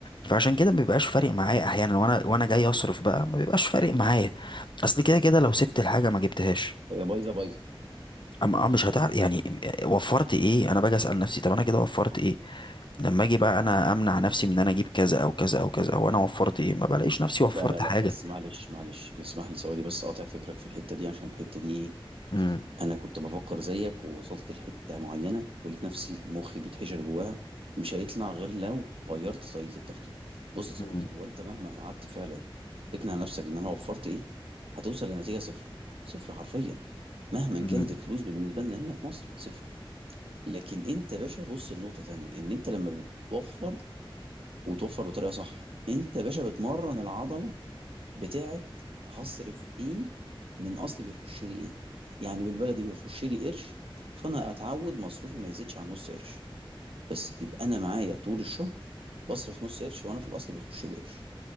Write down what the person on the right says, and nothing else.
هي بايظه بايظه
لا لا لا
بس معلش معلش اسمح لي ثواني بس اقاطع فكرك في الحته دي عشان الحته دي ايه
انا كنت بفكر زيك ووصلت لحته معينه ولقيت نفسي مخي بيتحشر جواها مش هيطلع غير لو غيرت طريقه التفكير بص يا صديقي
هو انت مهما قعدت فعلا تقنع نفسك بان انا وفرت ايه هتوصل لنتيجه صفر صفر حرفيا مهما
كانت الفلوس بالنسبه لنا هنا في مصر صفر لكن انت يا باشا بص لنقطه تانية ان انت لما بتوفر وتوفر بطريقه صح انت يا باشا بتمرن العضله بتاعه هصرف ايه من اصل بيخش لي ايه يعني بالبلدي بيخش لي قرش فانا اتعود مصروفي ما يزيدش عن نص قرش بس يبقى انا معايا طول الشهر بصرف نص قرش وانا في الاصل بيخش لي قرش